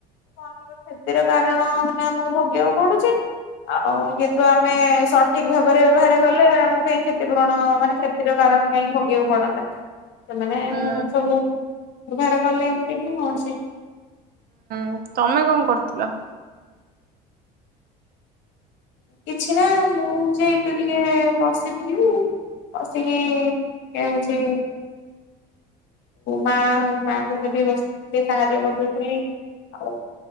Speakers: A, on the left; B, on the right.
A: ଅନେକ କ୍ଷତିର କାରଣ ମାନେ ଆମକୁ ଭୋଗିବାକୁ ପଡୁଛି। ଆଉ କିନ୍ତୁ ଆମେ ସଠିକ ଭାବରେ ବ୍ୟବହାର କଲେ ଆମକୁ କାଇହିଁ କ୍ଷତିପୂରଣ ମାନେଷ ର କାରଣ କାହିଁକି ଭୋଗିବାକୁ ପଡନ୍ତା। ସେମାନେ
B: ହୁଁ
A: ସବୁ ବ୍ୟବହାର କଲେ ଏମିତି ହିଁ ହଉଛି।
B: ହୁଁ ତମେ କଣ କରୁଥିଲ?
A: କିଛି ନା ମୁଁ ଯାଇକି ଟିକେ ବସିଥିଲି। ବସିକି କିଏ ହଉଛି ମା ମାଆଙ୍କତ ବି ରୋସେଇ ସାହାଯ୍ୟ କରିଦଉଥିଲି ଆଉ